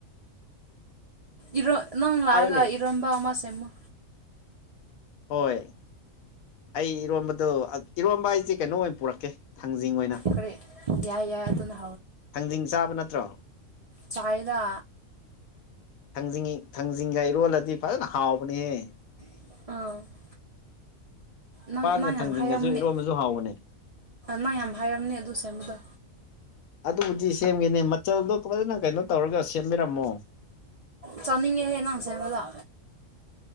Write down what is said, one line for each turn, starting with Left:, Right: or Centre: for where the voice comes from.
Right: ꯏꯔꯣ ꯅꯪ ꯂꯥꯒ
Left: ꯍꯥꯏꯌꯨꯅꯦ
Right: ꯏꯔꯣꯝꯕꯥ ꯑꯃ ꯁ ꯇꯃꯣ
Left: ꯍꯣꯏ ꯑꯩ ꯏꯔꯣꯝꯕꯗꯣ ꯏꯔꯣꯝꯕ ꯑꯩꯁꯦ ꯀꯩꯅꯣ ꯑꯣꯏꯅ ꯄꯨꯔꯛꯀꯦ ꯊꯥꯡꯖꯤꯡ ꯑꯣꯏꯅ
Right: ꯀꯔꯤ ꯌꯥꯏ ꯌꯥꯏ ꯑꯗꯨꯅ
Left: ꯊꯥꯡꯖꯤꯡ ꯆꯥꯕ ꯅꯠꯇ꯭ꯔꯣ
Right: ꯆꯌ‌ꯦꯗꯥ
Left: ꯊꯥꯡꯖꯤꯡꯒꯤ ꯊꯥꯡꯖꯤꯡꯒ ꯏꯔꯣꯜꯂꯗꯤ ꯐꯖꯅ ꯍꯥꯎꯕꯅꯦꯍꯦ
Right: <unintelligible> ꯅꯪ
Left: ꯄꯥꯟꯒ
Right: ꯅꯪ ꯌꯥꯝ
Left: ꯊꯥꯡꯖꯤꯡꯒꯁꯨ
Right: ꯍꯥꯏꯔꯝꯅꯦ
Left: ꯏꯔꯣꯟꯕꯁꯨ ꯍꯥꯎꯕꯅꯦ
Right: ꯅꯪ ꯌꯥꯝ ꯍꯥꯏꯔꯝꯅꯦ ꯑꯗꯨ ꯁꯦꯝꯕꯗꯣ
Left: ꯑꯗꯨꯕꯨꯗꯤ ꯁꯦꯝꯒꯦꯅꯤ ꯃꯆꯜꯗꯣ ꯐꯖꯅ ꯀꯩꯅꯣ ꯇꯧꯔꯒ ꯁꯦꯝꯕꯤꯔꯝꯃꯣ
Right: ꯆꯥꯅꯤꯡꯉꯦꯍꯦ ꯅꯪ ꯁꯦꯝꯕꯗ